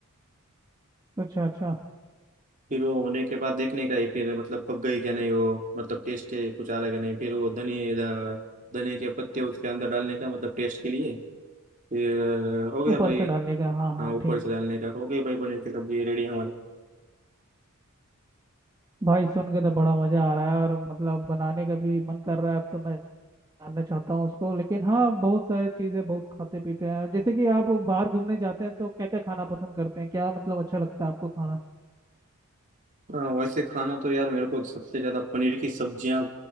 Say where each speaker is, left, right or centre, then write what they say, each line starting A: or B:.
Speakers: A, on the right; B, on the right.
A: अच्छा अच्छा
B: फिर वो होने के बाद देखने का ही फिर मतलब पक गई क्या नहीं वो मतलब टेस्ट कुछ आ रहा क्या नहीं फिर वो धनिए धनिए के पत्ते उसके अंदर डालने का मतलब टेस्ट के लिए फिर हो गया
A: ऊपर
B: भाई
A: से डालने का हाँ हाँ
B: हाँ ऊपर
A: ठीक है
B: से डालने का हो गई भाई पनीर की सब्जी रेडी हमारी
A: भाई सुन के तो बड़ा मजा आ रहा है और मतलब बनाने का भी मन कर रहा है अब तो मैं जानना चाहता हूँ उसको लेकिन हाँ बहुत सारी चीजें बहुत खाते पीते हैं जैसे कि आप बाहर घूमने जाते हैं तो क्या क्या खाना पसंद करते हैं क्या मतलब अच्छा लगता है आपको खाना
B: हाँ वैसे खाना तो यार मेरे को सबसे ज्यादा पनीर की सब्जियां